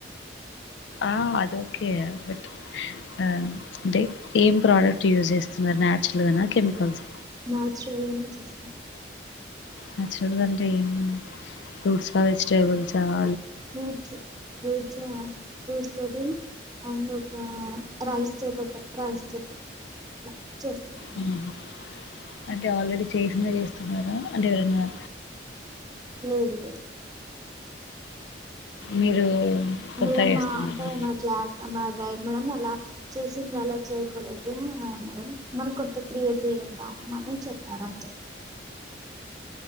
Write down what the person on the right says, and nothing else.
నాచురల్గానే చేసాం
ఫ్రూట్స్ ఫ్రూట్స్ ఆ ఫ్రూట్స్ తోటి అండ్ ఒక రైస్ తోటి ఒక రైస్ తోటి అట్లా చేస్తాం.
లేదు అది
లెడ్
మా అబోనా క్లాస్ అమ్మాయ్ ప్రైమ్ <unintelligible> చేసింది అలా చేయకూడదు అనరు, మనం కొంత క్రియేట్ చేద్దాం అని చెప్పారు అంతే.